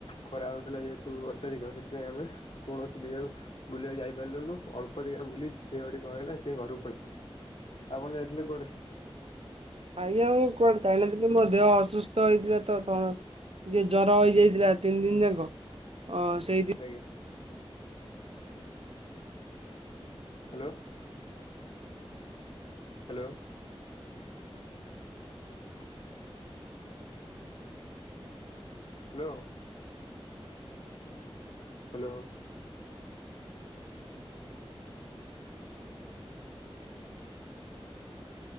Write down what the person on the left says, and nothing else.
ଖରା ହଉଥିଲା ଯେହେତୁ ଅତ୍ୟଧିକ ସେଥିପାଇଁ ଆମେ କୌଣସି ଜାଗାକୁ ବୁଲିବାକୁ ଯାଇପାରିଲୁନୁ ଅଳ୍ପ ଜାଗା ବୁଲି ଦେହ ଟି କଣ ହେଇଗଲା ସେଥିପାଇଁ ଘରକୁ ପଳେଇ ଆସିଲୁ। ଆପଣ ଯାଇଥିଲେ କୁଆଡେ?
ଆଜ୍ଞା ହାଲୋ। ହାଲୋ। ହାଲୋ। ହାଲୋ।